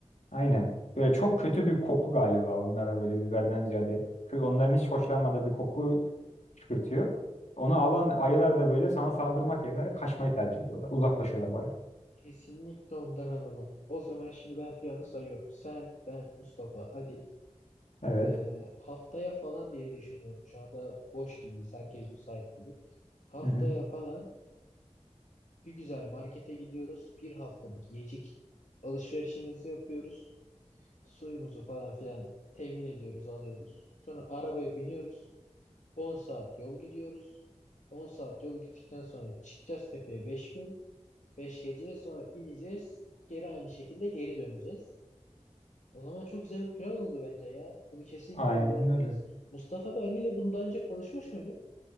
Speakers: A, on the left; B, on the left.
A: Aynen. Böyle çok kötü bir koku galiba onlara böyle biberden ziyade. Kö- Onların hiç hoşlanmadığı bir koku çıkartıyor. Onu alan ayılar da böyle sana saldırmak yerine kaçmayı tercih ediyorlar. Uzaklaşıyorlar baya.
B: Kesinlikle ondan alalım. O zaman şimdi ben planı sayıyorum. Sen, ben, Mustafa, Ali,
A: Evet.
B: Ee, haftaya falan diye düşünüyorum. Şu anda boş gibiyiz. Herkes müsait gibi. Haftaya
A: Hı hı.
B: falan bir güzel markete gidiyoruz. Bir haftalık yiyecek alışverişimizi yapıyoruz. Suyumuzu falan filan temin ediyoruz, alıyoruz. Sonra arabaya biniyoruz. 10 saat yol gidiyoruz. 10 saat yol gittikten sonra çıkacağız tepeye 5 gün. 5 gece sonra ineceğiz. Geri aynı şekilde geri döneceğiz. O zaman çok güzel bir plan oldu bence ya. Bunu kesinlikle
A: Aynen
B: uygulamalıyız.
A: öyle.
B: Mustafa ve Ali ile bunu daha önce konuşmuş muydun?